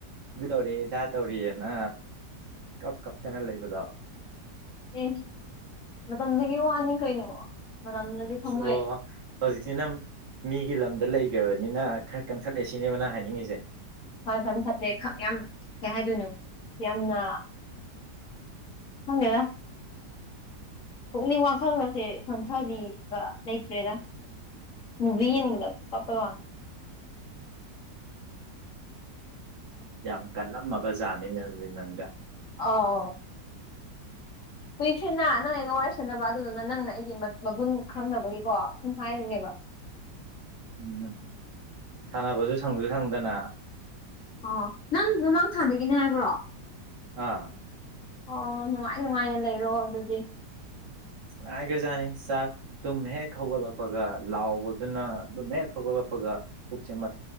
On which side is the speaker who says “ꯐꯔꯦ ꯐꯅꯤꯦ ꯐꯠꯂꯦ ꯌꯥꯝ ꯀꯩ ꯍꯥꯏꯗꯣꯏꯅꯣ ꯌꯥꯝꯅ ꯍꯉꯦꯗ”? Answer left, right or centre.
Left